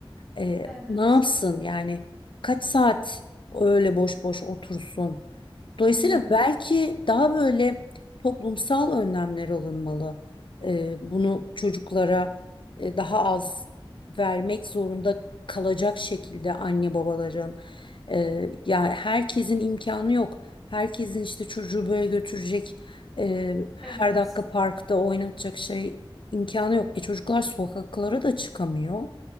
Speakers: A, on the left; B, in the centre.
A: Ee,
B: Evet.
A: ne yapsın yani? Kaç saat öyle boş boş otursun? Dolayısıyla
B: Hı hı.
A: belki daha böyle toplumsal önlemler alınmalı. Ee, bunu çocuklara e, daha az vermek zorunda kalacak şekilde anne babaların. Ee, yani herkesin imkanı yok. Herkesin işte çocuğu böyle götürecek, e, her
B: Evet.
A: dakika parkta oynatacak şey imkanı yok. E çocuklar sokaklara da çıkamıyor.